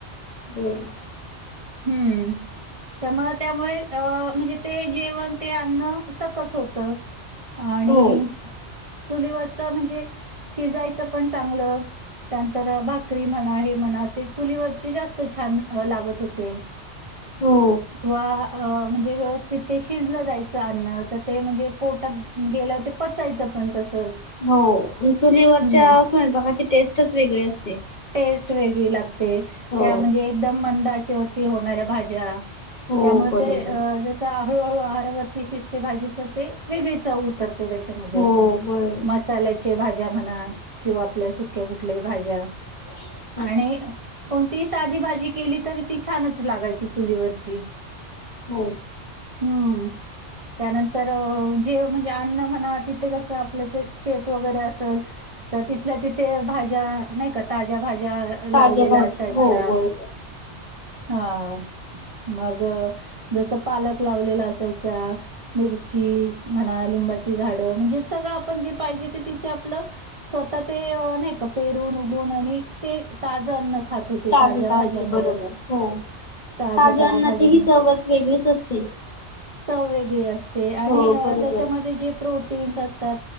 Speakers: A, on the left; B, on the right.
A: बर.
B: हम्म. त्यामुळे त्यामुळे अ म्हणजे ते जेवण ते आणणं सकस होतं. आणि
A: हो
B: चुलीवरच म्हणजे शिजायचं पण चांगलं त्यानंतर भाकरी म्हणा हे म्हणा ते चुलीवरचे जास्त छान लागत होते.
A: हो.
B: व म्हणजे व्यवस्थित ते शिजलं जायचं अन्न तर ते म्हणजे पोटात गेल्या होते पचायचं पण तसंच
A: हो चुलीवरच्या
B: हं.
A: असून प्रकाची टेस्टच वेगळी असते.
B: टेस्ट वेगळी लागते
A: हो
B: त्या म्हणजे एकदम मंदाच्या वती होणाऱ्या भाज्या
A: हो
B: त्यामुळे
A: बरोबर
B: ते हळूहळू आहारवरती शिस्ते भाजी तर ते वेगळी चव उतरते त्या
A: हो बरोबर
B: मसाल्याचे भाज्या म्हणा किंवा आपल्या सुक्या कुठल्या भाज्या
A: <inaudible>
B: आणि कोणतीही साधी भाजी केली तरी ती छानच लागायची चुलीवरची
A: हो.
B: हम्म. त्यानंतर जे म्हणजे अन्न म्हणा तिथे कस आपलं ते शेत वगैरे असल तर तिथल्या तिथे भाज्या नाही का ताज्या भाज्या लावलेला
A: ताज्या भाज्या
B: असायच्या
A: हो बरोबर
B: हा मग जसं पालक लावलेला असायचा मिरची, म्हणा लिंबाची झाड म्हणजे सगळं आपण जे पाहिजे ते तिथे आपलं स्वतः ते नाही का पेरून उगून आणि ते ताज अन्न खात होते,
A: ताजं
B: ताज्या भाज्या
A: ताज
B: मिळत.
A: बरोबर, हो.
B: ताज्या-ताज्या
A: ताज्या अन्नाची
B: भाज्या
A: ही
B: मिळ
A: चवच वेगळीच असते.
B: चव वेगळी असते आणि
A: हो बरोबर
B: त्याच्यामध्ये जे प्रोटीन्स न